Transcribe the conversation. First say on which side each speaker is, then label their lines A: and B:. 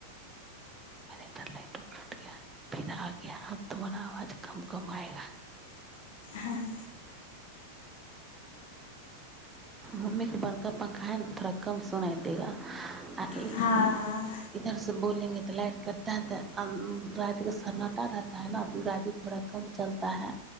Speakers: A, on the right (about 15°); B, on the left (about 65°).
A: मने तर लाइटो कट गया फिर आ गया हम तोमारा आवाज कम कमएगा
B: हँ
A: मम्मीके बड़का पंखा ह त थोड़ा कम सुनाय देगा आ इ
B: हँ हँ
A: इधर से बोलेंगे तऽ लाइट कटता है तऽ राते सन्नाटा रहता है ने गाड़ी घोड़ा कम चलता है